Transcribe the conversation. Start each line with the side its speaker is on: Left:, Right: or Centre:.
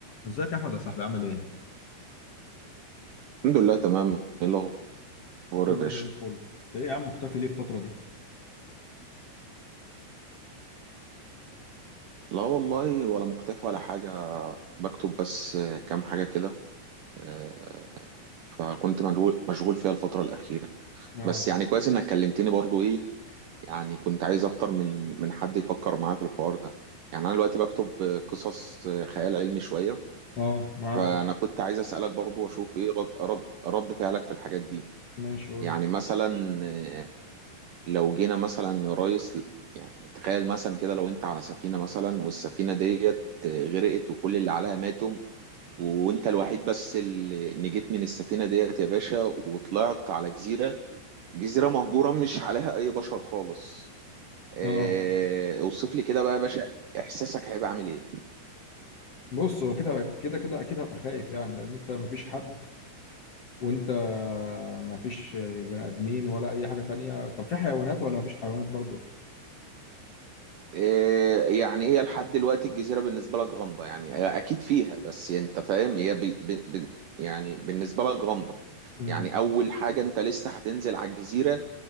Left: ازيك يا احمد يا صاحبي عامل ايه؟
Right: الحمد لله تمام ايه الاخبار
Left: كله
Right: يا باشا
Left: زي الفل انت ايه يا عم مختفي ليه الفترة دي؟
Right: لا والله ولا مختفي ولا حاجه بكتب بس آه، كام حاجه كده آه، فكنت مشغول مشغول فيها الفتره الاخيره
Left: اه
Right: بس يعني كويس انك كلمتني برضو ايه يعني كنت عايز اكتر من من حد يفكر معايا في الحوار ده يعني انا دلوقتي بكتب آه، قصص آه، خيال علمي شويه
Left: اه معاك
Right: فانا كنت عايز اسالك برضو واشوف ايه رد رد, رد فعلك في الحاجات دي
Left: ماشي قول
Right: يعني
Left: لي
Right: مثلا آه، لو جينا مثلا يا ريس يعني تخيل مثلا كده لو انت على سفينة مثلا والسفينة ديت غرقت وكل اللي عليها ماتوا وانت الوحيد بس اللي نجيت من السفينة ديت يا باشا وطلعت على جزيرة جزيرة مهجورة مش عليها اي بشر خالص اه
Left: اه
Right: اوصف لي كده بقى يا باشا احساسك هيبقى عامل ايه
Left: بص هو كده كده كده اكيد هبقى خايف يعني لان انت مفيش حد وانت مفيش بني ادمين ولا اي حاجه تانية طب في حيوانات ولا مفيش حيوانات برضو
Right: اه يعني هي لحد دلوقتي الجزيرة بالنسبة لك غامضة يعني هي اكيد فيها بس انت فاهم هي بي بي بي- يعني بالنسبة لك غامضة
Left: امم
Right: يعني اول حاجه انت لسه هتنزل على الجزيره